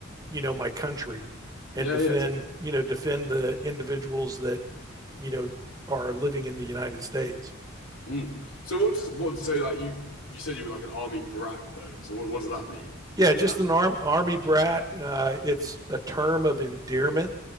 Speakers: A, on the right; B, on the left.
A: you know, my country and
B: Yeah,
A: defend,
B: yeah, definitely.
A: you know, defend the individuals that you know, are living in the United States.
B: Mm. So what does what so like you you said you were like an army brat though. So what what does that mean?
A: Yeah,
B: Like
A: just
B: is that
A: an arm, army brat. Uh, it's a term of endearment